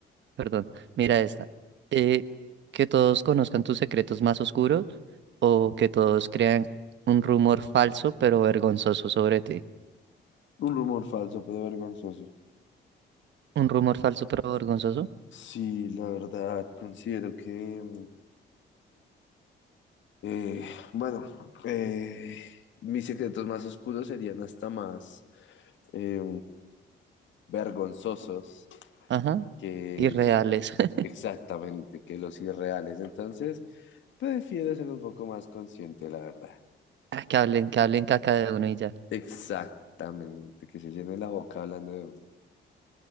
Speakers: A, on the right; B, on the left.
A: Perdón, mira esta. Eh, que todos conozcan tus secretos más oscuros o que todos crean un rumor falso pero vergonzoso sobre ti.
B: Un rumor falso, pero vergonzoso.
A: Un rumor falso pero vergonzoso.
B: Sí, la verdad, considero que, mm, eh, bueno, eh, mis secretos más oscuros serían hasta más. eh, vergonzosos
A: Ajá.
B: que
A: Irreales. <laughs>
B: exactamente que los irreales. Entonces, prefiero ser un poco más consciente, la verdad.
A: Ah, Que hablen, que hablen caca de uno y ya.
B: Exactamente, que se llene la boca hablando de uno.